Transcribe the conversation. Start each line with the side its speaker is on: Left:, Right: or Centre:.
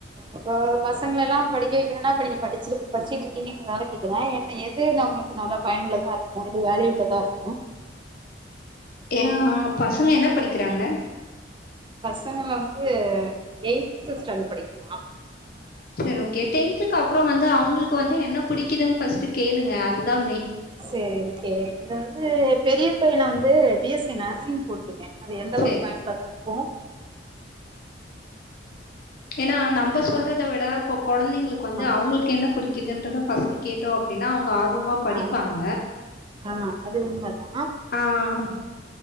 Right: இப்போ பசங்கலலாம் படிக்க வைக்கிறேனா இப்ப நீங்க படிச்ச படிச்சுட்டு இருக்கீங்கிறதால கேக்குறேன் ஏனா எது நம்மங்களுக்கு நல்ல பயன்னுளதா இருக்கும் எது வேலை உள்ளதா இருக்கும்
Left: ஏங்க பசங்க என்ன படிக்கிறாங்க
Right: பசங்க வந்து எய்த் ஸ்டாண்ட் படிக்கிறா
Left: செரி ஓகே டென்துகு அப்புறம் வந்து அவங்களுக்கு வந்து என்ன புடிக்குதுன்னு பர்ஸ்ட் கேளுங்க அதுதான்
Right: செரி செரி ஓகே அது வந்து பெரிய பையன வந்து பி எஸ் ச நர்சிங் போட்டிருக்கேன் அது எந்த அளவுக்கு
Left: சரி
Right: பயன்னுளதா இருக்கும்
Left: ஏனா நம்ப சொல்றத விட குழந்தைகளுகு வந்து
Right: ஆமா
Left: அவங்களுக்கு என்ன பிடிக்கும் இதன்றதா பர்ஸ்ட் கேட்டோம் அப்படினா அவங்க ஆர் வமா படிப்பாங்க
Right: ஆ ஆ அது உண்மதா
Left: ஆஹ்